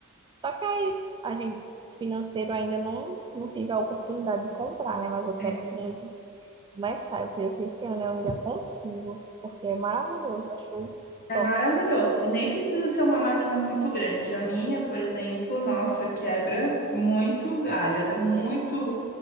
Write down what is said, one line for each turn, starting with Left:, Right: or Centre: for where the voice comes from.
Right: Só que aí a gente financeiro ainda não, não tive a oportunidade de comprar, né? Mas eu quero
Left: É.
Right: muito começar. Eu creio que esse ano eu ainda consigo, porque é maravilhoso. eu Acho
Left: É
Right: top.
Left: maravilhoso. E nem precisa ser uma máquina muito grande. A minha, por exemplo, nossa, quebra muito galho. Ela é muito.